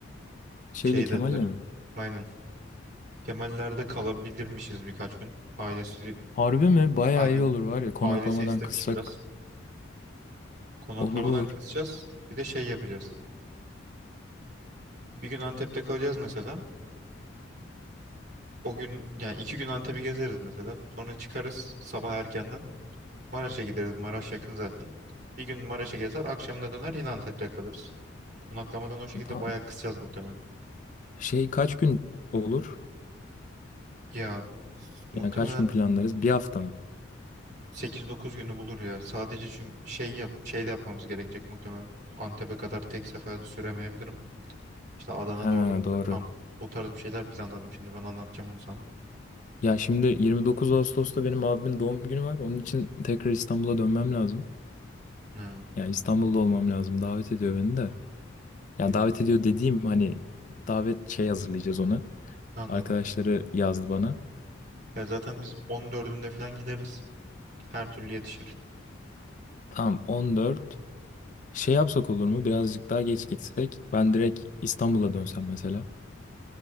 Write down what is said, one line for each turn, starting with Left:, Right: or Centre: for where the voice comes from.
Left: Şeyle
Right: Şey
Left: Kemal'le
Right: dediler.
Left: mi?
Right: Aynen. Kemaller'de kalabilirmişiz birkaç gün. Ailesi
Left: Harbi mi? Bayağı
Right: aynen
Left: iyi olur var ya konaklamadan
Right: ailesi istemiş
Left: kıssak
Right: biraz. Konaklamadan
Left: olur.
Right: kısacağız. Bir de şey yapacağız. Bir gün Antep'te kalacağız mesela. O gün yani iki gün Antep'i gezeriz mesela. Sonra çıkarız sabah erkenden. Maraş'a gideriz. Maraş yakın zaten. Bir gün Maraş'a gezer, akşamına döner yine Antep'te kalırız. Konaklamadan o şekilde
Left: Tam,
Right: bayağı kısacağız muhtemelen.
Left: şey kaç gün olur?
Right: Ya muhtemelen
Left: Yani kaç gün planlarız? Bir hafta mı?
Right: 8-9 günü bulur ya. Sadece çünkü şey yap, şey de yapmamız gerekecek muhtemelen. Antep'e kadar tek seferde süremeyebilirim. İşte Adana'da
Left: Ha
Right: orada
Left: doğru.
Right: burada kamp o tarz bir şeyler planladım şimdi ben anlatacağım onu sana.
Left: Ya şimdi 29 Ağustos'ta benim abimin doğum günü var. Onun için tekrar İstanbul'a dönmem lazım.
Right: Ha,
Left: Yani İstanbul'da olmam lazım. Davet ediyor beni de.
Right: 20
Left: Yani davet ediyor dediğim hani davet şey hazırlayacağız ona.
Right: anladım.
Left: Arkadaşları yazdı bana.
Right: Ya zaten biz 14'ünde falan gideriz. Her türlü yetişir.
Left: Tamam 14. Şey yapsak olur mu? Birazcık daha geç gitsek. Ben direkt İstanbul'a dönsem mesela.